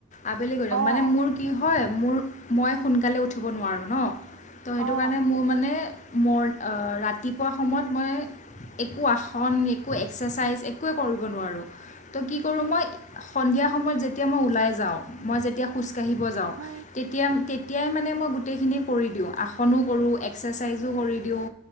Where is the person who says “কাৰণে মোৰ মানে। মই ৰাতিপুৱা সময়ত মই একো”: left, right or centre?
Left